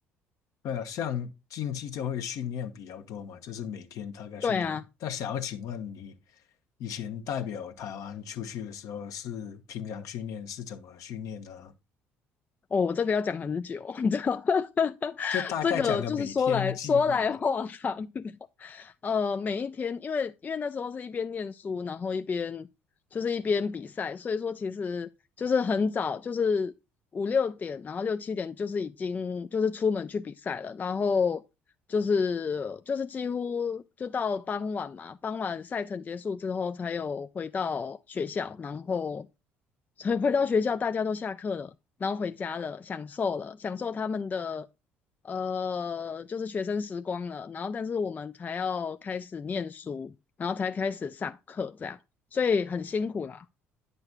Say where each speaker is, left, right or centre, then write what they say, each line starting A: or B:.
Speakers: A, on the left; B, on the left.
A: 对啊，像竞技就会训练比较多嘛，就是每天大概训练。
B: 对啊，
A: 那想要请问你，以前代表台湾出去的时候是平常训练是怎么训练呢？
B: 哦，我这个要讲很久，你知道，<laughs>
A: 就大概讲个每天计划吧，
B: 这个就是说来说来话长。呃，每一天，因为因为那时候是一边念书，然后一边就是一边比赛，所以说其实就是很早，就是五六点，然后六七点就是已经就是出门去比赛了，然后就是就是几乎就到傍晚嘛，傍晚赛程结束之后才有回到学校，然后所以回到学校，大家都下课了，然后回家了，享受了，享受他们的呃，就是学生时光了。然后，但是我们才要开始念书，然后才开始上课，这样，所以很辛苦啦。